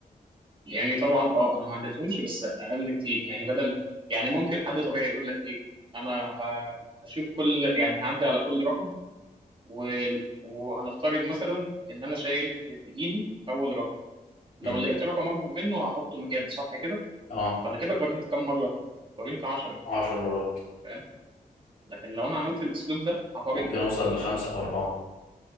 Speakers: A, on the right; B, on the left.
A: يعني طبعا اه انا ما عدتهمش بس اقل كتير يعني بدل يعني ممكن حد طبيعي يقول لك ايه انا ه- هشوف كل يعني هعدي على كل رقم و- وهنفترض مثلا ان انا شايل في في ايدي اول رقم لو
B: م.
A: لقيت رقم اكبر منه هحطه مكانه صح كده
B: اه
A: فانا كده قارنت كام مره قارنت 10
B: عشر مرات
A: فاهم لكن لو انا عملت الاسلوب ده هقارن
B: ممكن
A: اقل
B: اوصل لخمسه او اربعه